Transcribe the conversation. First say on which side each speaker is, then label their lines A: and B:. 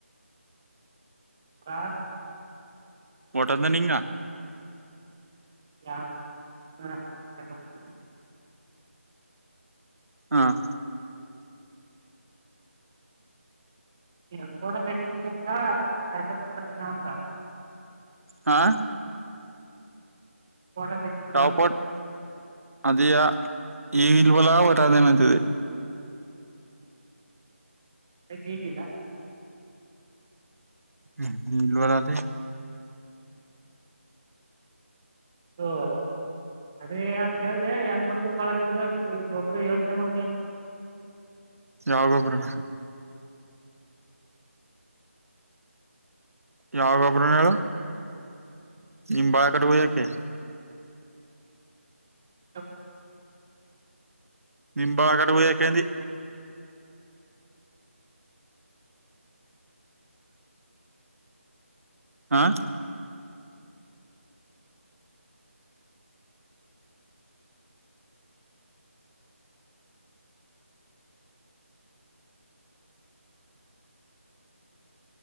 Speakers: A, on the right; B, on the right.
A: ಹ.
B: ಊಟತ ನೀಂಗ.
A: <unintelligible>
B: ಹ್ಮ್ಮ್
A: <unintelligible>
B: ಹ್ಞೂ.
A: ಪೋಟೋ ತೆಗೆಸಿರಿಲ್ಲ
B: ಯಾವ
A: ಅಂದೆ.
B: ಪೋಟ್ ಅದಿಯ ಈ ಇಲ್ಬಲ ಒಟದ ಏನತದೆ.
A: ಅಕ್ಕೆ ಹೇಗಿಲ್ಲ.
B: ಹ್ಮ್ ನೀಲ್ಲರದೆೆ.
A: ಓ ಅದೇ ಕೇಳ್ದ ಏನ್ ಮಾಡುದು ಬಾಳ ಕಡೆ. ಜೊಬ್ರ ಯೋಚನೆ ಮಾಡ
B: ಯಾವೊಬರಣ ಯಾವ ಒಬ್ರನು ಹೇಳ ನಿಮ್ ಬಾಳ ಕಡೆ ಹ್ಯಾಕೆ
A: <unintelligible>
B: ನಿಂಬಳಗಡ ಹ ಯಾಕೆಂದಿ. ಹ್ಮ್ಮ್.